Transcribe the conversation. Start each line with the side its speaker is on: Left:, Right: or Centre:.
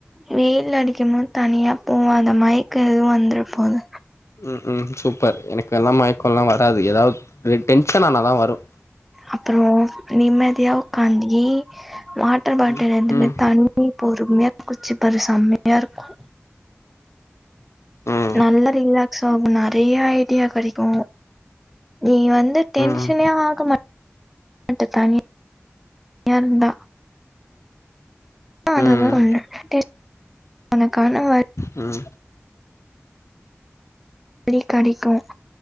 Centre: வெயில் அடிக்கும் போது தனியா போவாத மயக்கம் எதுவும் வந்துர போது
Left: ம் ம் சூப்பர் எனக்கு எல்லா மயக்கம்லாம் வராது ஏதாவது டென்ஷன் ஆனாதா வரும்
Centre: அப்புறம் நிம்மதியா உக்காந்தி வாட்டர் பாட்டில்
Left: ம்
Centre: எடுத்து
Left: ம்
Centre: போய் தண்ணி பொறுமையா யோச்சி பாரு செமையா இருக்கும்
Left: ம்
Centre: நல்ல ரீலா சோ அப்போ நறையா ஐடியா கெடைக்கோ நீ வந்து டென்ஷனே
Left: ம்
Centre: ஆக மாட் வீட்டு தானே இருந்தா ஆ அந்த
Left: ம்
Centre: இதுதா வந்த டேஸ்ட் அந்த கணவாய்
Left: உம்
Centre: டெய்லியு கடைக்கோ